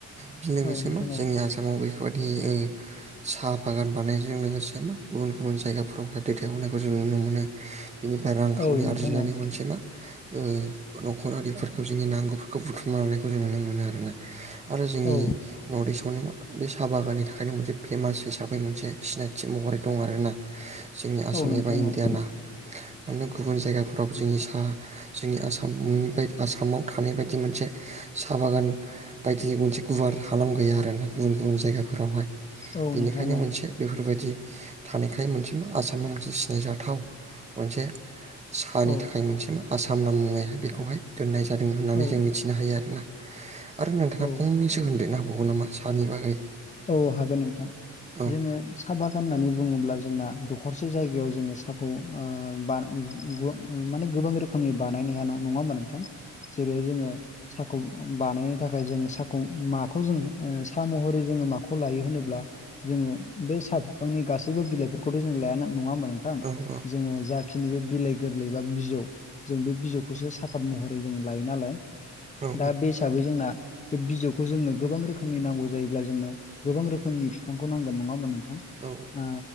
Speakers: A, on the right; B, on the left.
A: बेनि लोगोसे
B: औ नोंथां
A: मा जोंनि
B: औ
A: आसामाव बेफोर बायदि ओ साहा बागान बानायजों लोगोसे मा गुबुन गुबुन जायगाफोरावहाय दैथायहरनायखौ जों नुनो मोनो बेनिफ्राय रांखावरि
B: औ नोंथां
A: आरजिनानै
B: औ
A: मोनसे मा ओ न'खर आरिफोरखौ जोंनि नांगौफोरखौ बुथुमना लानायखौ जों नुनो मोनो आरोना आरो जोंनि
B: औ
A: नर्थ इस्टआवनो मा बे साहा बागाननि थाखायनो मोनसे फेमास हिसाबै मोनसे सिनायथि महरै दं आरो ना जोंनि आसाम
B: औ नोंथां
A: एबा इण्डियाना
B: औ
A: मानोना गुबुन जायगाफोराव जोंनि सा जोंनि आसामनि आसामाव थानाय बायदि मोनसे साहा बागान बायदि मोनसे गुवार हालाम गैया आरोना गुबुन गुबुन जायगाफोरावहाय
B: औ
A: बेनिखायनो
B: नोंथां
A: मोनसे बेफोरबायदि थानायखाय मोनसे मा आसामाव मोनसे सिनायजाथाव मोनसे साहानि
B: औ औ
A: थाखाय मोनसे मा आसाम नाम मुङैहाय बेखौहाय दोननाय जादों होननानै
B: औ
A: जों मिथिनो हायो आरोना आरो नोंथाङा
B: औ
A: फंनैसो होनदेरनो हाबावगोन नामा सानि बागै
B: औ हागोन नोंथां
A: औ
B: जोङो साहा बागान होननानै बुङोब्ला जोंना दखरसे जायगायाव जोङो साहाखौ ओ बा <unintelligible> ओ माने गोबां रोखोमनि बानायनाया नङा होमबा नोंथां जेरै जोङो साखौ बानायनो थाखाय जों साखौ माखौ जोङो सा महरै जोङो मा खौ लायो होनोब्ला जोङो बे सा फिफांनि गासैबो बिलाइफोरखौथ' जों लायाना नङा होमबा नों थां
A: औ औ
B: जोङो जा खिनि बे बिलाइ गोरलै बा बिजौ जों बे बिजौखौसो साफत महरै जों लायो नालाय
A: औ
B: दा बे हिसाबै जोंना बे बिजौखौ जोंनो गोबां रोखोमनि नांगौ जायोब्ला जोंनो गोबां रोखोमनि फिफांखौ नांगोन नङा होमबा नोंथां
A: औ
B: ओ